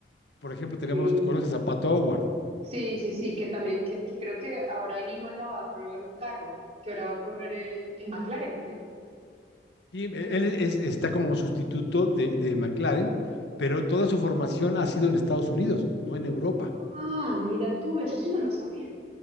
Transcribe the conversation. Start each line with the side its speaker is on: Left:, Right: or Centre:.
Left: Por ejemplo, tenemos,
Right: Sí.
Left: conoces a Pato Howard,
Right: Sí, sí, sí, que también, que, que creo que ahora en Imola va a probar un carro, que ahora va a correr en, en McLaren, creo.
Left: y él es- está como sustituto de, de McLaren, pero toda su formación ha sido en Estados Unidos, no en Europa.
Right: Ah, mira tú, eso sí no lo sabía.